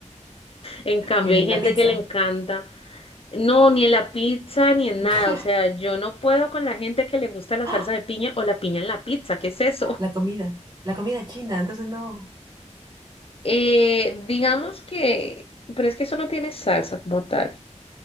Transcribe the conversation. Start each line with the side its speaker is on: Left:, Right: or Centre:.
Left: En cambio,
Right: En
Left: hay gente
Right: la pizza.
Left: que le encanta, no, ni en la pizza ni en
Right: <laughs>
Left: nada. O sea, yo no puedo con la gente que le gusta la
Right: ¡Ah!
Left: salsa de piña o la piña en la pizza, ¿qué es eso?
Right: La comida, la comida china, entonces no.
Left: Eh, digamos que, pero es que eso no tiene salsa como tal.